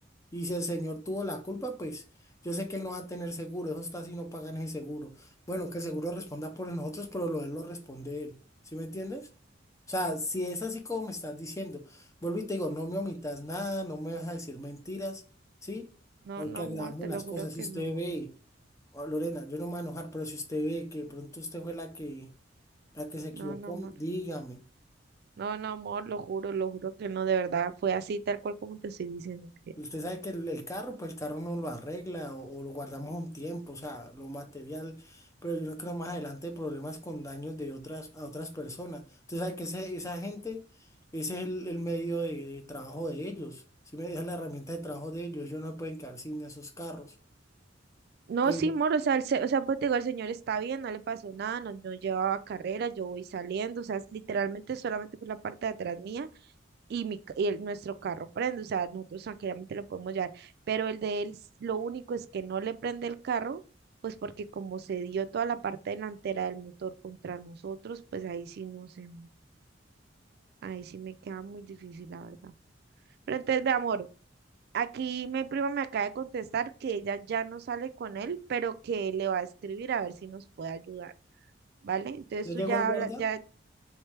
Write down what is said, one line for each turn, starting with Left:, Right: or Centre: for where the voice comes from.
Left: Y si el señor tuvo la culpa, pues yo sé que él no va a tener seguro, eso está si no pagan ese seguro. Bueno, que el seguro responda por nosotros, pero lo de él lo responde él. ¿Sí me entiendes? O sea, si es así como me estás diciendo, vuelvo y te digo, no me omitas nada, no me vas a decir mentiras, ¿sí?
Right: No,
Left: Porque
Right: no, amor,
Left: agravamos
Right: te
Left: las
Right: lo
Left: cosas.
Right: juro que
Left: Si usted
Right: no.
Left: ve, oh, Lorena, yo no me voy a enojar, pero si usted ve que de pronto usted fue la que, la que se equivocó,
Right: No, no, amor.
Left: dígame.
Right: No, no, amor, lo juro, lo juro que no, de verdad. Fue así, tal cual como te estoy diciendo, Miguel.
Left: Usted sabe que el, el carro, pues el carro no lo arregla o, o lo guardamos un tiempo, o sea, lo material, pero yo no creo más adelante hay problemas con daños de otras, a otras personas. Usted sabe que ese- esa gente, ese es el, el medio de, de trabajo de ellos, si me dejan la herramienta de trabajo de ellos, ellos no se pueden quedar sin esos carros.
Right: No,
Left: Pero
Right: sí, amor, o sea, el, se- o sea, pues te digo, el señor está bien, no le pasó nada, no, no llevaba carrera, yo voy saliendo, o sea, es literalmente solamente fue la parte de atrás mía y, mi, ca- y el- nuestro carro prende, o sea, nosotros tranquilamente lo podemos llevar, pero el de él, s- lo único es que no le prende el carro, pues porque como se dio toda la parte delantera del motor contra nosotros, pues ahí sí no sé. Ahí sí me queda muy difícil, la verdad. Pero entonces, de amor, aquí mi prima me acaba de contestar que ella ya no sale con él, pero que le va a escribir a ver si nos puede ayudar, ¿vale? Entonces
Left: ya
Right: tú
Left: llegó
Right: ya
Left: el guarda,
Right: hablas, ya,